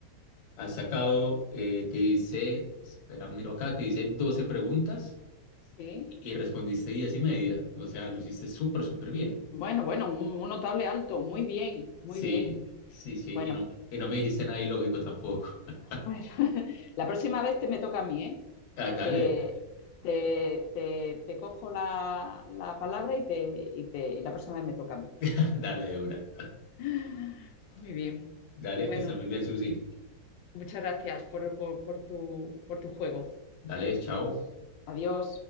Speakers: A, on the left; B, on the left.
A: Has sacado, eh, te dice, espera, miro acá, te dice 12 preguntas
B: Sí,
A: y y respondiste 10 y media. O sea, lo hiciste súper, súper bien.
B: Bueno, bueno, un, un notable alto. Muy bien, muy
A: Sí,
B: bien.
A: sí, sí.
B: Bueno,
A: Y no, y no me dijiste nada ilógico tampoco. <laughs>
B: pues, <laughs> la próxima vez te me toca a mí, ¿eh?
A: Ah, dale,
B: Te, te, te- te cojo la, la palabra y, te, y te- y la próxima vez me toca a mí.
A: <laughs> dale de una.
B: <gasps> Muy bien.
A: Dale,
B: Bueno,
A: que estés muy bien, Susi.
B: muchas gracias por, por- por tu, por tu juego.
A: Dale, chao.
B: Adiós.